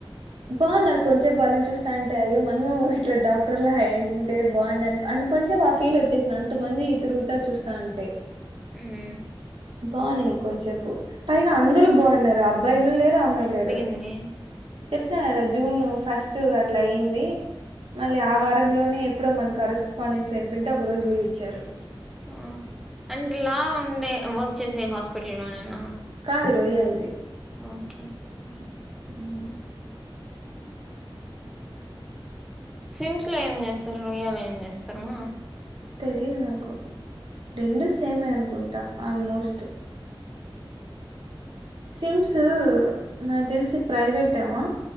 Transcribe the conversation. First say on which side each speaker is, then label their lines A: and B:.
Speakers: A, on the right; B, in the centre.
A: బాగున్నారు కొంచెే వాళ్ళని చూస్తాంటే అయ్యో మనమూ ఇట్లా డాక్టర్లా అయుంటే బాగున్నా అను కొంచెం ఆ ఫీల్ వచ్చేసింది అంతమంది ఇ తిరుగుతా చూస్తా అంటే
B: హ్మ్మ్
A: బావుండింది కొంచసేపు పైగా అందర బాగున్నారు అబ్బాయిలు లేరు అమ్మాయిలు లేరు
B: మ్మ్
A: చెప్తున్నాను కదా జూన్ ఫస్ట్ అట్లా అయింది మళ్ళీ ఆ వారంలోనే ఎప్పుడో మన కరెస్పాండెంట్ చనిపొయివుంటె ఒక రోజు లీవ్ ఇచ్చారు
B: ఆ అంటేలా ఉండే వర్క్ చేసే హాస్పిటల్లో నేను
A: కాదు రోయ్యయి ఇది
B: ఓకే
A: <inaudible>
B: ఉ స్విమ్స్ లో ఏం చేస్తారు రొయ్యలో ఏం చేస్తారమ్మా
A: తెలిదు నాకు రెండు సేమే అనుకుంటా ఆల్మోస్ట్ సిమ్స్ నా తెలిసి ప్రవేట్ ఏమో